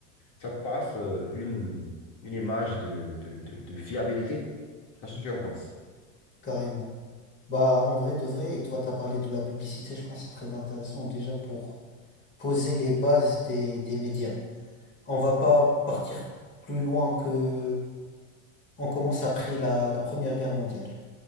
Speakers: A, on the left; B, on the left.
A: ça passe euh, une, une image de, de, de, de fiabilité. Qu'est-ce que tu en penses?
B: carrément. Bah, en vrai de vrai, et toi, t'as parlé de la publicité, je pense que c'est très intéressant déjà pour poser les bases des, des médias. On va pas partir plus loin que on commence après la, la Première Guerre mondiale.